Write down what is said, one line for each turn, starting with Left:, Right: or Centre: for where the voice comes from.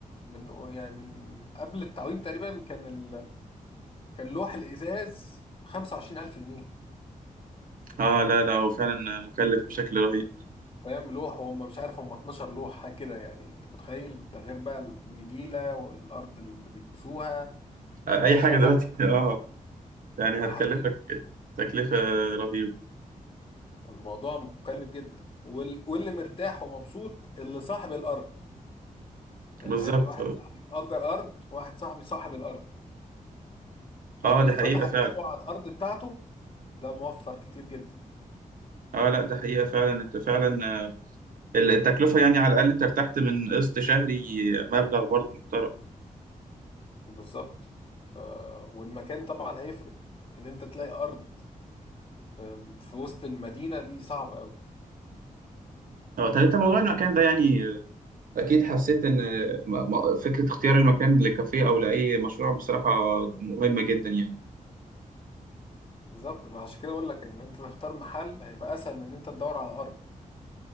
Left: من يعني من قبل التعويم تقريبا كان ال... كان لوح الازاز ب 25000 جنيه
Right: اه لا لا هو فعلا مكلف بشكل رهيب
Left: فاهم لوح وهم مش عارف هم 12 لوح حاجه كده يعني انت متخيل ده غير بقى النجيله والارض اللي بيكبسوها
Right: آه،
Left: والشبك
Right: اي حاجه دلوقتي <laughs> اه يعني
Left: والحديد
Right: هتكلفك تكلفه رهيبه
Left: الموضوع مكلف جدا وال... واللي مرتاح ومبسوط اللي صاحب الارض يعني
Right: بالظبط
Left: عندي واحد
Right: اه
Left: صاحبي اجر ارض واحد صاحبي صاحب الارض فاللي
Right: آه، دي حقيقه
Left: فتح
Right: فعلا
Left: المشروع على الارض بتاعته ده موفر كتير جدا
Right: اه لا ده حقيقه فعلا انت فعلا التكلفة يعني على الأقل أنت ارتحت من قسط شهري مبلغ برضه محترم
Left: بالظبط ف... والمكان طبعا هيفرق ان انت تلاقي ارض في في وسط المدينه دي صعبه قوي
Right: اه طب أنت موضوع المكان ده يعني أكيد حسيت إن م- م- فكرة اختيار المكان لكافيه أو لأي مشروع بصراحة مهمة جدا يعني
Left: بالظبط ما عشان كده بقول لك ان انت تختار محل هيبقى اسهل من ان انت تدور على ارض